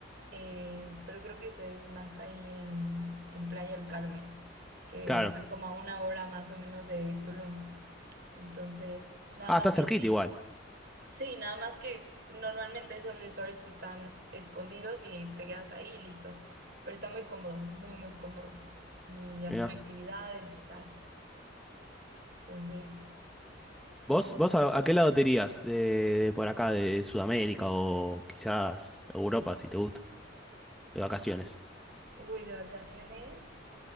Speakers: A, on the right; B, in the centre.
A: eh, pero creo que eso es más ahí en, en Playa del Carmen, que
B: Claro.
A: está como a una hora más o menos de Tulum. Entonces, nada
B: Ah,
A: más
B: está
A: que
B: cerquita
A: sí.
B: igual.
A: Sí, nada más que normalmente esos resorts están escondidos y te quedas ahí y listo. Pero está muy cómodo, muy, muy cómodo. Y hacen
B: Mirá.
A: actividades y tal. Entonces, sí,
B: ¿Vos,
A: está.
B: vos a, a qué lado te irías de, de por acá, de Sudamérica o quizás Europa, si te gusta, de vacaciones?
A: Uy, de vacaciones,